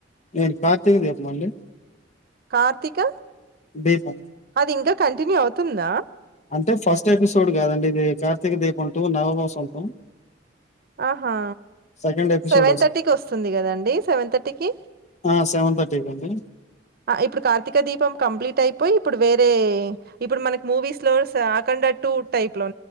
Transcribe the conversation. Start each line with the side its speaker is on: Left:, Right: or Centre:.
Left: నేను కార్తీక దీపం అండి
Right: కార్తిక
Left: బేఫా
Right: అది ఇంకా కంటిన్యూ అవుతుందా
Left: అంటే ఫస్ట్ ఎపిసోడ్ కాదండి ఇది కార్తీక దీపం టూ నవవసంతం
Right: ఆహా
Left: సెకండ్ ఎపిసోడ్
Right: సెవెన్ థర్టీకి వస్తుంది కదండి సెవెన్ థర్టీకి
Left: ఆ! అండి.
Right: ఇప్పుడు కార్తీక దీపం కంప్లీట్ అయిపోయి ఇప్పుడు వేరే ఇప్పుడు మనకి మూవీస్ లో అకం టటు టైప్ లో